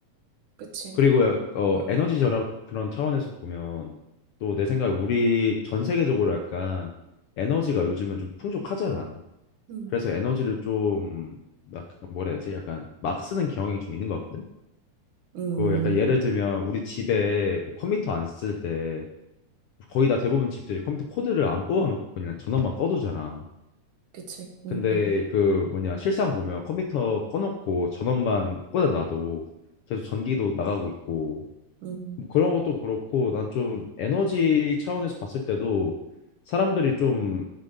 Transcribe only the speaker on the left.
그리고 약- 어,
에너지 절약 그런 차원에서 보면 또 내 생각에 우리 전 세계적으로 약간 에너지가 요즘은 좀 풍족하잖아.
그래서 에너지를 좀 막 뭐라 해야 되지? 약간 막 쓰는 경향이 좀 있는 것 같거든.
그 약간 예를 들면 우리 집에 뭐 컴퓨터 안 쓸 때 거의 다 대부분 집들이 컴퓨터 코드를 안 뽑아놓고 그냥 전원만 꺼두잖아.
근데
그 뭐냐 실상 보면 컴퓨터 꺼놓고 전원만 꽂아놔도 계속 전기도 나가고 있고
뭐 그런 것도 그렇고 난 좀 에너지 차원에서 봤을 때도 사람들이 좀